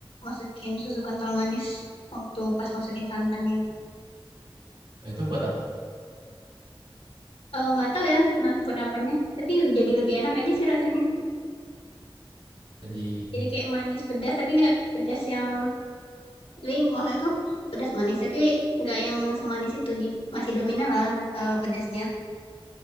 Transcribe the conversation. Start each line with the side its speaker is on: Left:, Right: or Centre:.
Left: masukin susu kental manis waktu pas masukin santannya
Right: eh. itu buat apa?
Left: Eh, nggak tahu ya kena- buat apanya tapi jadi lebih enak aja sih rasanya
Right: Jadi
Left: jadi kayak manis pedas tapi nggak pedas yang tapi kalau tuh pedas manis tapi nggak yang semanis itu di, masih dominan lah eh, pedasnya